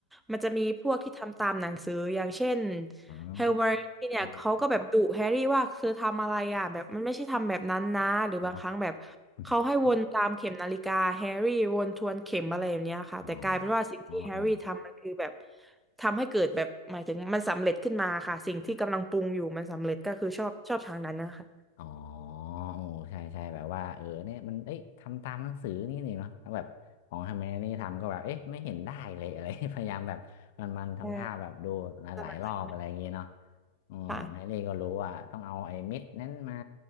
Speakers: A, in the centre; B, on the left.
A: มันจะมีพวกที่ทำตามหนังสืออย่างเช่น
B: อ๋ออ๋อ
A: เฮลเมอร์ที่เนี่ยเขาก็แบบดุแฮร์รี่ว่าคือทำอะไรอ่ะแบบมันไม่ใช่ทำแบบนั้นนะหรือบางครั้งแบบ
B: เนาะ <laughs>
A: เขาให้วนตามเข็มนาฬิกาแฮร์รี่วนทวนเข็มอะไรแบบเนี้ยค่ะแต่กลายเป็นว่าสิ่งที่แฮร์รี่ทำมันคือแบบ
B: อ๋ออ๋อเออ
A: ทำให้เกิดแบบหมายถึงมันสำเร็จขึ้นมาค่ะสิ่งที่กำลังปรุงอยู่มันสำเร็จก็คือชอบชอบทางนั้นนะคะ
B: อ๋อโอ้ใช่ใช่แบบว่าเออเนี่ยมันเอ้ยทำตามหนังสือนี่นี่เนาะแล้วแบบของทำไมนี่ทำก็แบบเอ๊ะไม่เห็นได้เลยอะไร <laughs> พยายามแบบมันมันทำท่าแบบดูหลายๆรอบอะไรอย่างเงี้ยเนาะ
A: แต่ตระหนักเลย
B: อ๋อแฮร์รี่ก็รู้ว่าต้องเอาไอ้เม็ดนั้นมา
A: ค่ะ